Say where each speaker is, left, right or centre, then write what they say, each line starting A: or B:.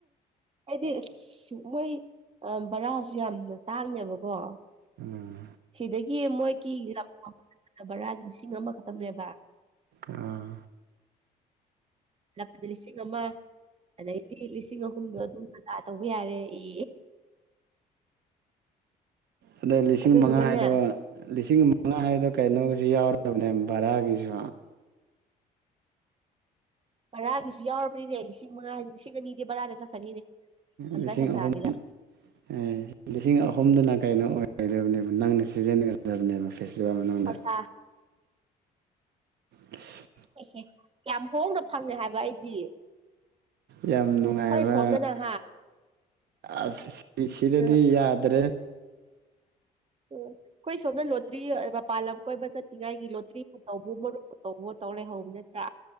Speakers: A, on the right; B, on the right.
A: ꯑꯩꯗꯤ ꯃꯣꯏ ꯕꯔꯥꯁꯨ ꯌꯥꯝꯅ ꯇꯥꯡꯗꯦꯕꯀꯣ
B: ꯎꯝ
A: ꯁꯤꯗꯒꯤ ꯃꯣꯏꯒꯤ ꯂꯝ ꯑꯃ <unintelligible> ꯕꯔꯥ ꯂꯤꯁꯤꯡ ꯑꯃꯈꯛꯇꯪꯅꯦꯕ
B: ꯑꯥ
A: ꯂꯥꯛꯄꯗ ꯂꯤꯁꯤꯡ ꯑꯃ ꯑꯗꯩꯗꯤ ꯂꯤꯁꯤꯡ ꯑꯍꯨꯝꯗꯣ ꯑꯗꯨꯝ ꯃꯥꯖꯥ ꯇꯧꯕ ꯌꯥꯔꯦ ꯏ
B: ꯑꯗꯣ ꯂꯤꯁꯤꯡ
A: ꯑꯗꯨꯗꯨꯒꯅꯦ
B: ꯃꯉꯥ ꯍꯥꯏꯗꯣ ꯂꯤꯁꯤꯡ ꯃꯉꯥ ꯍꯥꯢꯗꯣ ꯀꯩꯅꯣꯒꯤꯁꯨ ꯌꯥꯎꯔꯕꯅꯦ ꯕꯔꯥꯒꯤꯁꯨ
A: ꯕꯔꯥꯒꯤꯁꯨ ꯌꯥꯎꯔꯕꯅꯤꯅꯦ ꯂꯤꯁꯤꯡ ꯃꯉꯥ ꯍꯥꯏꯁꯦ ꯂꯤꯁꯤꯡ ꯑꯅꯤꯗꯤ ꯕꯔꯥꯗ ꯆꯠꯈ꯭ꯔꯅꯤꯅꯦ ꯍꯪꯒꯠ
B: ꯂꯤꯁꯤꯡ
A: ꯍꯟꯗꯥꯒꯤꯗ
B: ꯑꯍꯨꯝ ꯑꯦ ꯂꯤꯁꯤꯡ ꯑꯍꯨꯝꯗꯨꯅ ꯀꯩꯅꯣ ꯑꯣꯏꯒꯗꯕꯅꯦꯕ ꯅꯪꯅ ꯁꯤꯖꯤꯟꯅꯒꯗꯕꯅꯦꯕ ꯐꯦꯁꯇꯤꯚꯦꯜ ꯃꯅꯨꯡꯗ
A: ꯈꯣꯔꯁꯥ
B: ꯢꯁ
A: <unintelligible> ꯌꯥꯝ ꯍꯣꯡꯅ ꯐꯪꯉꯦ ꯍꯥꯏꯕ ꯑꯩꯗꯤ
B: ꯌꯥꯝ ꯅꯨꯡꯉꯥꯏꯕ
A: ꯑꯩꯈꯣꯏ ꯁꯣꯝꯗꯅꯍꯥ
B: ꯑꯁ ꯁꯤꯗꯗꯤ
A: ꯎꯝ
B: ꯌꯥꯗ꯭ꯔꯦ
A: ꯎꯝ ꯑꯩꯈꯣꯏ ꯁꯣꯝꯅ ꯂꯣꯇ꯭ꯔꯤ ꯃꯄꯥꯟ ꯂꯝ ꯀꯣꯏꯕ ꯆꯠꯅꯤꯡꯉꯥꯏꯒꯤ ꯂꯣꯇ꯭ꯔꯤꯄꯨ ꯇꯧꯕꯥꯑꯣ ꯃꯔꯨꯞꯄꯨ ꯇꯧꯕꯥꯑꯣ ꯇꯧ ꯂꯩꯍꯧꯕꯅꯦ ꯅꯠꯇ꯭ꯔꯥ